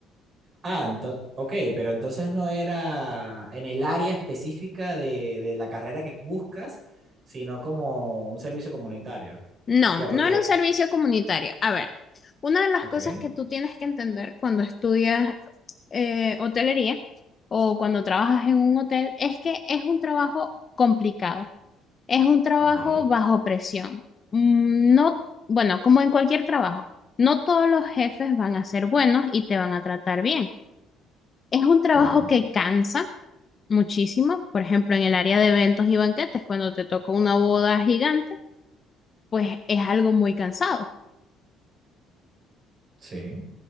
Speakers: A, on the right (about 35°); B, on the left (about 25°).
A: Ah, entonces, ok, pero entonces no era en el área específica de, de la carrera que buscas, sino como un servicio comunitario.
B: No,
A: Ya, porque,
B: no era un servicio comunitario. A ver, una de las
A: ok,
B: cosas que tú tienes que entender cuando estudias eh, hotelería o cuando trabajas en un hotel es que es un trabajo complicado Es un trabajo
A: ok,
B: bajo presión. Mm, No, bueno, como en cualquier trabajo, no todos los jefes van a ser buenos y te van a tratar bien. Es un trabajo
A: claro,
B: que cansa muchísimo. Por ejemplo, en el área de eventos y banquetes, cuando te toca una boda gigante, pues es algo muy cansado.
A: sí,